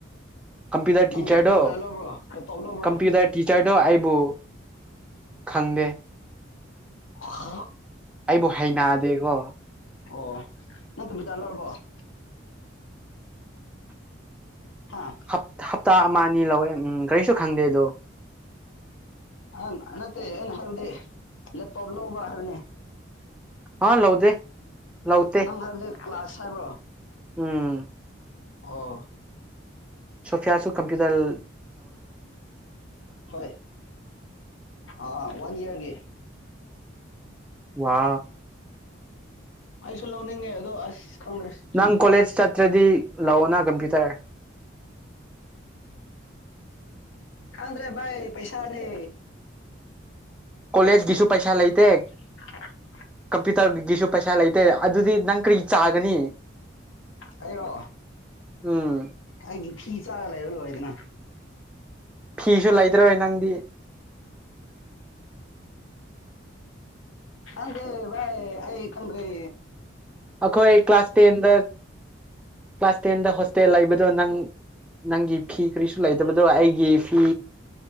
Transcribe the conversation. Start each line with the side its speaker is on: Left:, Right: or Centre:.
Centre: ꯀꯝꯄꯌꯨꯇꯔ
Left: ꯅꯪ
Centre: ꯇꯤꯆꯔꯣ
Left: ꯀꯝꯄ꯭ꯌꯨꯇꯔ ꯂꯧꯕ꯭ꯔꯣ ꯂꯦꯞꯇꯣꯞ ꯂꯧꯕ꯭ꯔꯣ
Centre: ꯀꯝꯄꯌꯨꯇꯔ ꯇꯤꯆꯔꯣ ꯑꯥꯏ ꯕꯨ ꯈꯪꯗꯦ
Left: ꯍ
Centre: ꯑꯩꯕꯨ ꯍꯩꯅꯗꯦꯀꯣ
Left: ꯑꯣ ꯅꯪ ꯇꯕꯤꯗꯔꯂꯔꯕꯔꯕꯣ ꯍꯥ
Centre: ꯍ ꯍꯞꯇꯥ ꯃꯥꯅꯤ ꯂꯧꯋꯦ ꯎꯝ ꯀꯔꯤꯁꯨ ꯈꯪꯗꯦꯗꯣ
Left: ꯑꯪ ꯅꯠꯇꯦ ꯑꯩꯅ ꯍꯥꯏꯕꯗꯤꯞ ꯇꯣꯞ ꯂꯧꯕ ꯍꯥꯏꯕꯅꯦ
Centre: ꯍꯥꯥ ꯂꯧꯧꯕꯗꯦ ꯂꯧꯕꯗ
Left: ꯅꯪ ꯍꯥꯏꯕꯗꯤ ꯀ꯭ꯂꯥꯁ ꯐꯥꯏꯚ꯭ꯔꯣ
Centre: ꯎꯝ
Left: ꯑꯣ
Centre: ꯁꯣꯐꯤꯌꯥꯁꯨ ꯀꯝꯄ꯭ꯨꯇꯔ
Left: ꯍꯣꯏ ꯑ ꯋꯥꯟ ꯏꯌꯥꯔꯒꯤ
Centre: ꯋꯥ
Left: ꯑꯁꯂ ꯅꯤꯡꯦ ꯑꯗꯣ ꯑꯁ ꯈꯪꯗ꯭ꯔꯦ
Centre: ꯅꯪ
Left: ꯁꯤ
Centre: ꯀꯣꯂꯦꯖ ꯆ ꯠꯇꯗꯤ ꯂꯥꯛꯑꯣꯅ ꯀꯝꯄꯤ꯭ꯌꯨ ꯇꯔꯦ
Left: ꯀꯥꯟꯗ꯭ꯔꯦ ꯥꯏ ꯄꯩꯁꯥꯅꯤ
Centre: ꯀꯣꯂꯦꯖ ꯀꯁꯨ ꯄꯩꯁꯥ ꯂꯩꯇ
Left: <inaudible>
Centre: ꯀꯝꯄ꯭ꯌꯨꯇꯔꯒꯤꯁꯨ ꯄꯩꯁꯥ ꯂꯩꯇꯦ ꯑꯗꯨꯗꯤ ꯅꯪ ꯀꯔꯤ ꯆꯥꯒꯅꯤ
Left: ꯑꯩꯔꯣ
Centre: ꯎꯝ
Left: ꯑꯩ ꯐꯤ ꯆꯥꯒ ꯂꯩꯔ ꯂꯣꯏ ꯍꯥꯏꯗꯅ
Centre: ꯐꯤꯁꯨ ꯂꯩꯇ꯭ꯔꯔꯣꯏ ꯅꯪꯗꯤ
Left: ꯑꯗ ꯚ ꯑꯩ ꯀ꯭ꯔꯦ
Centre: ꯑꯩꯈꯣꯏ ꯀ꯭ꯂꯥꯁ ꯇꯦꯟꯗ ꯀ꯭ꯂꯥꯁ ꯇꯦꯟꯗ ꯍꯣꯁꯇꯦꯜ ꯂꯩꯕꯗꯣ ꯅꯪ ꯅꯪꯒꯤ ꯐꯤ ꯀꯔꯤꯁꯨ ꯂꯩꯇꯕꯗꯣ ꯑꯩꯒꯤ ꯐꯤ